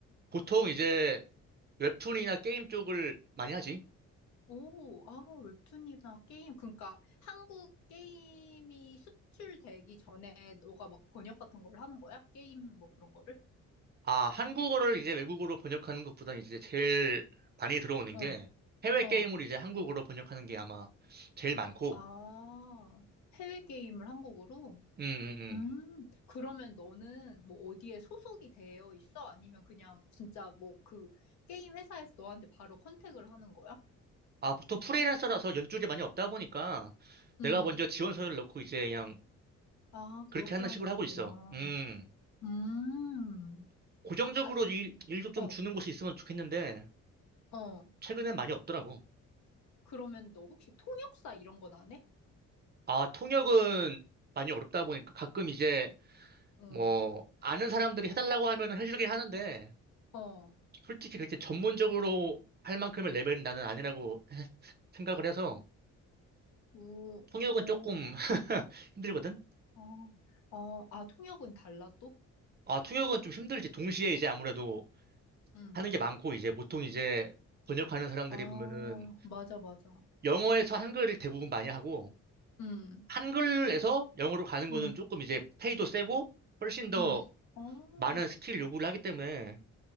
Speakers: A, on the right; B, on the left.
A: 보통 이제, 웹툰이나 게임 쪽을 많이 하지.
B: 오, 아, 웹툰이나 게임. 그러니까 한국 게임이 수출되기 전에 너가 막 번역 같은 걸 하는 거야? 게임 뭐 그런 거를?
A: 아, 한국어를 이제 외국어로 번역하는 것보다 이제 제일 많이 들어오는
B: 어,
A: 게 해외 게임을
B: 어.
A: 이제 한국어로 번역하는 게 아마 제일 많고,
B: 아, 해외 게임을 한국으로?
A: 음, 음, 음.
B: 음, 그러면 너는 뭐 어디에 소속이 되어 있어? 아니면 그냥 진짜 뭐 그 게임 회사에서 너한테 바로 컨택을 하는 거야?
A: 아, 보통 프리랜서라서 연줄이 많이 없다 보니까 내가
B: 음,
A: 먼저 지원서를 넣고 이제 그냥
B: 아,
A: 그렇게
B: 그렇게
A: 하는
B: 하는
A: 식으로 하고
B: 거구나.
A: 있어. 음.
B: 음,
A: 고정적으로
B: 아,
A: 일, 일도 좀
B: 어,
A: 주는 곳이 있으면 좋겠는데
B: 어.
A: 최근엔 많이 없더라고.
B: 그러면 너 혹시 통역사 이런 건 안 해?
A: 아, 통역은 많이 어렵다 보니까 가끔 이제
B: 어,
A: 뭐 아는 사람들이 해달라고 하면 해주긴 하는데
B: 어, 어,
A: 솔직히 그렇게 전문적으로 할 만큼의 레벨은 나는 아니라고 해- 생각을 해서
B: 우,
A: 통역은
B: 어,
A: 조금 <laughs> 힘들거든?
B: 어, 아, 아, 통역은 달라 또?
A: 아, 통역은 좀 힘들지. 동시에 이제 아무래도
B: 응,
A: 하는 게 많고 이제 보통 이제 번역하는 사람들이
B: 아,
A: 보면은
B: 맞아, 맞아.
A: 영어에서 한글을 대부분 많이 하고
B: 응,
A: 한글에서 영어로 가는 거는
B: 응,
A: 조금 이제 페이도 세고 훨씬 더
B: 응. 아, 어,
A: 많은 스킬 요구를 하기 때문에